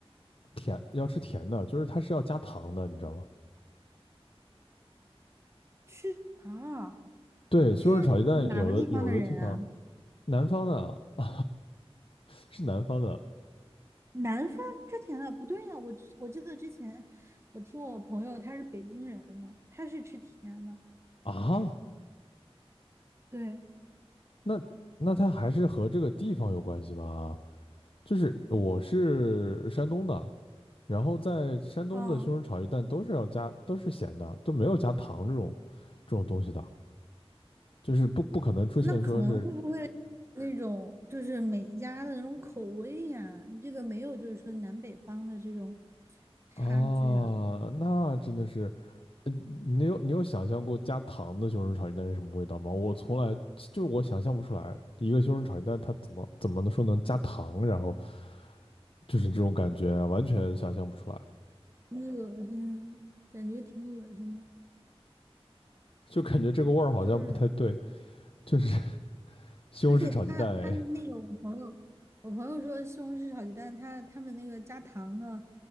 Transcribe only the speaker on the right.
吃啊，
这是哪个地方的人啊？
南方吃甜的不对呀、我之我记得之前我听我朋友他是北京人嘛，他是吃甜的。
对，
哦，
那可能会不会那种就是每一家的那种口味呀、这个没有就是说南北方的这种差距啊，
挺恶心的，感觉挺恶心的。
就是
而且他他那个我朋友，我朋友说西红柿炒鸡蛋，他他们那个加糖的，